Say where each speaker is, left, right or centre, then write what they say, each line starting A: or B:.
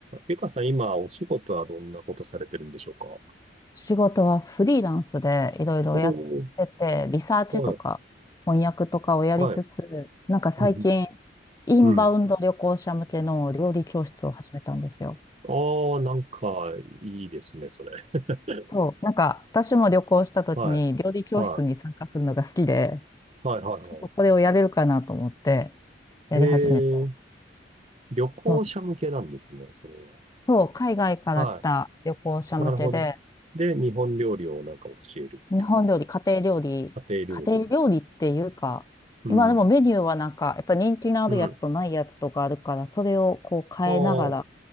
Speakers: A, on the right; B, on the left.
A: ゆかさん、今、お仕事はどんなことされてるんでしょうか
B: 仕事はフリーランスでいろいろやってて、
A: おー、
B: リサーチとか翻訳とかをやりつつ、
A: はい、はい。
B: なんか最近、
A: うん
B: インバウンド旅行者向けの料理教室を始めたんですよ。
A: うん、うん、ああー、なんか、いいですね、それ。<laughs>
B: そう、なんか私も旅行した時に料理教室に参加するのが好きで、
A: はい、はい、はい、はい、
B: ちょっとこれをやれるかなと思って
A: は
B: やり始めて、
A: い。えー、旅行者向けなんですね、
B: そう、
A: それは。
B: そう海外から来た旅行者向けで、
A: はい、なるほど。で、日本料理をなんか教えるって感じ。
B: 日本料理、家庭料理、
A: 家庭料理。
B: 家庭料理っていうか、
A: うん、
B: 今でもメニューはなんか、やっぱ人気のあるやつとないやつとかあるから、
A: うん。
B: それをこう変えながら
A: ああ、はい、